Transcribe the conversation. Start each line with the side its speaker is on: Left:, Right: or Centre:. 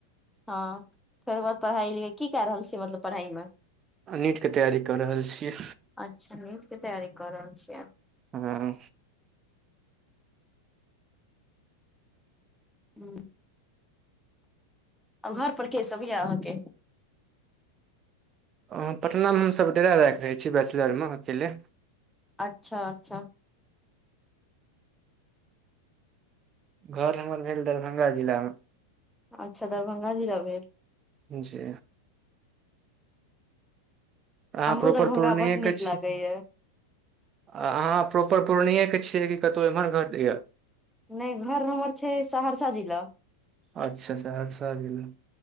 Centre: हां फेर ओय के बाद पढ़ाई लिख की काए रहल छीयै मतलब पढ़ाई मे।
Right: आ नीट के तैयारी कऽ रहल छियै।
Centre: अच्छा नीट के तैयारी क रहल छियै।
Right: हां।
Centre: हुं। आब घर पर के सब यऽ अहाँके।
Right: अ पटना मे हम सब डेरा ला के रहै छी बैचलर मे अकेले।
Centre: अच्छा-अच्छा।
Right: घर हमर भेल दरभंगा जिला मे।
Centre: अच्छा दरभंगा जिला भेल।
Right: जी। अहाँ
Centre: हमरो
Right: प्रोपर
Centre: दरभंगा
Right: पूर्णिये
Centre: बड नीक
Right: के छी।
Centre: लागैया
Right: आ अहाँ प्रॉपर पूर्णिये के छियै कि कतौ इम्हर घर या।
Centre: नै घर हमर छै सहरसा जिला।
Right: अच्छा सहरसा जिला।